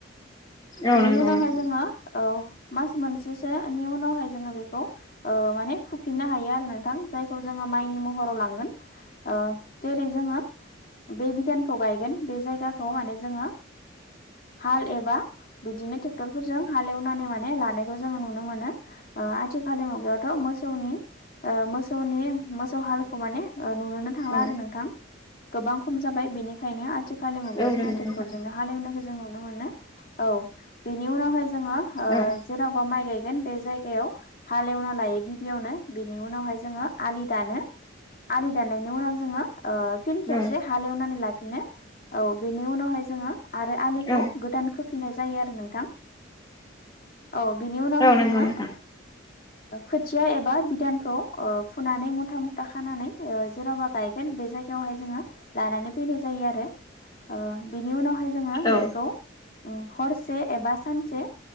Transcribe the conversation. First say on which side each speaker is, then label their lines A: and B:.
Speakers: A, on the left (about 20°); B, on the left (about 45°).
A: औ
B: बेनि
A: नंगौ
B: उनावहाय
A: नोंथां
B: जोङो औ। मास मोनसेसोनि उनावहाय जोङो बेखौ ओ माने फुफिननो हायो आरो नोंथां जायखौ जोङो। माइनि महराव लांगोन ओ। जेरै जोङो बे बिधानखौ गायगोन बे जायगाखौ माने जोङो। हाल एबा बिदिनो टेक्टरफोरजों हाल एवनानै माने लानायखौ जोङो नुनो मोनो। ओ आथिखालनि मुगायावथ' मोसौनि ओ मोसौनि मोसौ हालखौ माने। ओ नुनोनो थांला
A: औ
B: आरो नोंथां गोबां खम जाबाय बेनिखायनो आरो। मुगायाव
A: औ
B: जोंङो
A: नंगौ
B: ट्रेकटरजोंनो
A: नोंथां
B: हालेवनायखौ जों नुनो मोनो औ बेनि उावहाय जोङो
A: औ
B: जेरावबा माइ गायगोन बे जायगायाव हालेवना लायो गिबियावनो बेनि उनावहाय जोङो आलि दानो आलि दाननायनि उनाव जोङो फिन खेबसे
A: औ
B: हालेवनानै लाफिनो औ बेनि उनावहाय जोङो आरो आलिखौ
A: औ
B: गोदान खोफिनाय जायो आरो नोंथां औ बिनि उनावहाय
A: औ नंगौ
B: जोङो
A: नोंथां
B: खोथिया एबा बिदानखौ फुनानै मुथा मुथा खानानै जेरावबा गायगोन बे जायगायावहाय जोङो लानानै फैनाय जायो आरो बिनि उनावहाय जोङो
A: औ
B: बेखौ हरसे एबा सानसे